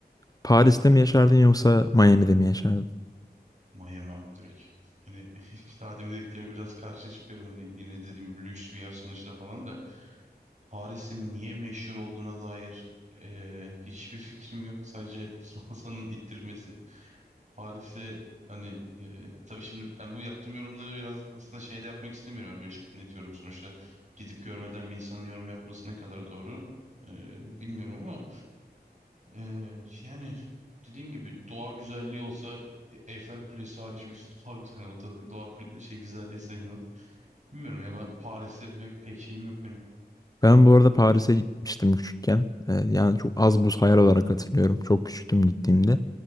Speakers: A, on the left; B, on the right.
A: Paris'te mi yaşardın yoksa Miami'de mi yaşardın?
B: Miami abi direkt. Hani <laughs> daha demin dediklerime biraz karşı çıkıyorum. Hani yine dediğim lüks bir yer sonuçta falan da. Paris'in niye meşhur olduğuna dair e, hiçbir fikrim yok. Sadece <laughs> Fransa'nın ittirmesi. Paris'e hani e, tabii şimdi ben bu yaptığım yorumları biraz aslında şeyde yapmak istemiyorum. Hani böyle çok net yorum sonuçta. Gidip görmeden bir insanın yorum yapması ne kadar doğru e, bilmiyorum ama e, yani dediğim gibi doğa güzelliği olsa e, Eyfel Kulesi hariç bir <laughs> doğa güzel o da doğa kule, şey güzelliği sayılmaz. Bilmiyorum ya ben Paris'e pek, pek şeyim yok benim.
A: Ben bu arada Paris'e gitmiştim küçükken. E, yani çok az buz hayal olarak hatırlıyorum. Çok küçüktüm gittiğimde.